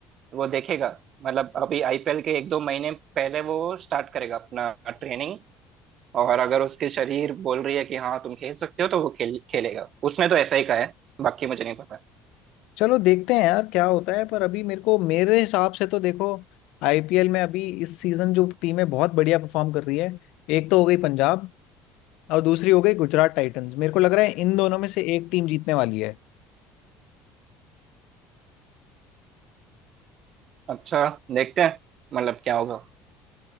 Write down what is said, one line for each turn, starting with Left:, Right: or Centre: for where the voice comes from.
Right: वो देखेगा मतलब अभी आईपीएल के एक दो महीने पहले वो स्टार्ट करेगा अपना ट्रेनिंग और अगर उसके शरीर बोल रही है कि हाँ तुम खेल सकते हो तो वो खेल खेलेगा उसने तो ऐसा ही कहा है बाकी मुझे नहीं पता
Left: चलो देखते हैं यार क्या होता है पर अभी मेरे को मेरे हिसाब से तो देखो आईपीएल में अभी इस सीजन जो टीमें बहुत बढ़िया परफॉर्म कर रही है एक तो हो गई पंजाब और दूसरी हो गई गुजरात टाइटंस मेरे को लग रहा है इन दोनों में से एक टीम जीतने वाली है
Right: अच्छा देखते हैं मतलब क्या होगा